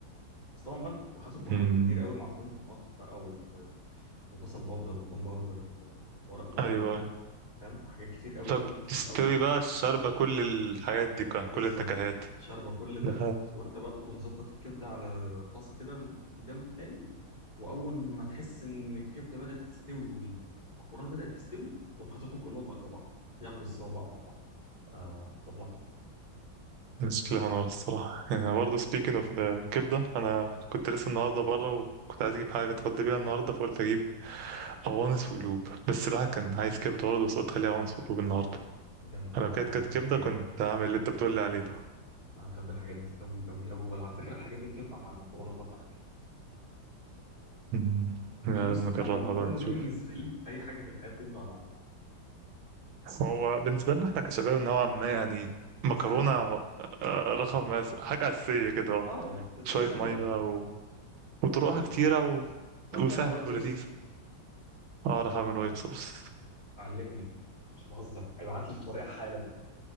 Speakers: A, on the left; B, on the right.
A: بس طبعا بقى انت بتبقى حاطط بهارات
B: امم
A: كتير قوي معجون طماطم بقى و- وبصل باودر وتوم باودر وورق لورا
B: ايوه ايوه
A: فاهم حاجات كتير قوي
B: طب
A: قوي في
B: تستوي
A: الاول كده
B: بقى الشاربه كل الحاجات دي كلها،
A: بالظبط
B: كل النكهات
A: شاربه كل
B: ده
A: ده وانت بقى بتبقى مظبط الكبده على طاسه كده من الجنب التاني واول ما تحس ان الكبده بدات تستوي والمكرونه بدات تستوي تقوم حاططهم كلهم في قلب بعض ياخدوا السوا بقى مع بعض آه تطلع تحفه
B: شكلها نار الصراحة يعني برضه speaking of the كبدة أنا كنت لسه النهاردة بره وكنت عايز أجيب حاجة أتغدى بيها النهاردة فقلت أجيب أوانس وقلوب بس الواحد كان عايز كبدة برضه بس قلت
A: اه
B: خليها أوانس وقلوب النهاردة
A: جامدين
B: لو كانت
A: انا
B: كانت
A: بحب
B: كبدة
A: الحاجات
B: كنت
A: دي قوي
B: هعمل اللي أنت بتقول لي عليه ده
A: انا بحب الحاجات دي قوي قوي قوي وعلى فكره الحاجات دي بتنفع مع المكرونه برضه عادي
B: أمم. لازم
A: اي بص
B: نجربها
A: انا المكرونه
B: بقى
A: دي
B: نشوف
A: <laughs> بالنسبه لي اي حاجه في الحياه بتنفع معاها
B: هو بالنسبة لنا احنا كشباب نوعا ما يعني مكرونة
A: سهله
B: آه، رقم أس- حاجة أساسية كده أهو.
A: اه بس
B: شوية
A: سهله
B: مية و... وطرقها
A: طب بت-
B: كتيرة و...
A: بتعرف
B: وسهلة
A: تعمل وايت صوص
B: ولذيذة أعرف أعمل وايت صوص
A: علمني مش بهزر ابعت لي الطريقه حالا